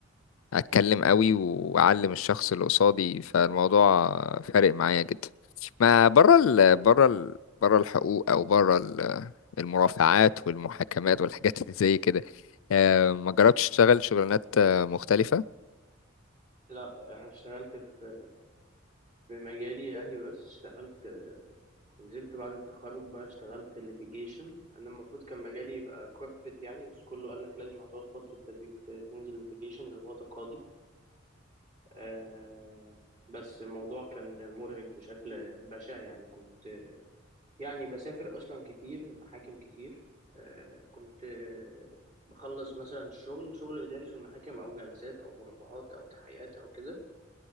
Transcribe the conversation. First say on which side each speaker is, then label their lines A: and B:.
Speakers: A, on the left (about 80°); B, on the right (about 40°).
A: اتكلم قوي واعلم الشخص اللي قصادي فالموضوع فارق معايا جدا ما بره ال
B: حلو
A: بره ال بره الحقوق او بره ال- المرافعات والمحاكمات والحاجات اللي زي كده آه، ما جربتش تشتغل شغلانات آه، مختلفة
B: لا انا اشتغلت في في مجالي يعني بس اشتغلت نزلت بعد التخرج بقى اشتغلت ليتيجيشن انا المفروض كان مجالي يبقى كوربريت يعني بس كله قال لك لازم هتقعد فترة تدريب ت- تنزل ليتيجيشن اللي هو تقاضي آه بس الموضوع كان مرهق بشكل بشع يعني كنت يعني بسافر اصلا كتير محاكم كتير آه كنت آه، بخلص مثلا الشغل شغل اداري في المحاكم او جلسات او مرافعات او تحقيقات او كده